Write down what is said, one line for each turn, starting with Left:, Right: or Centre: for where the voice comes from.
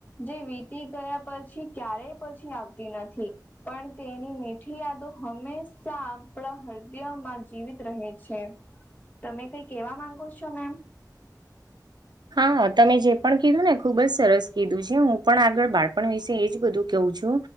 Left: જે વીતી ગયા પછી ક્યારે પછી આવ તી નથી. પણ તેની મીઠી યાદો હંમેશા આપણા હૃદયમાં જીવિત રહે છે. તમે કઈ કેવા માંગો છો મેમ?
Right: હા તમે જે પણ કીધું ને ખુબ જ સરસ કીધું છે, હું પણ આગળ બાળપણ વિશે એજ બધું કવું છું.